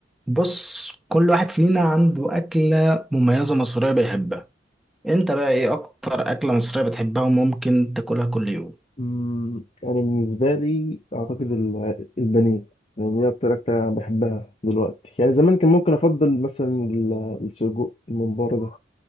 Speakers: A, in the centre; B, on the left.
A: بص كل واحد فينا عنده أكلة مميزة مصرية بيحبها انت بقى ايه اكتر أكلة مصرية بتحبها وممكن تاكلها كل يوم
B: مم، يعني بالنسبة لي أعتقد ال- البانيه يعني دي أكتر أكلة أنا بحبها دلوقتي يعني زمان كان ممكن أفضل مثلا ال- السجق الممبار ده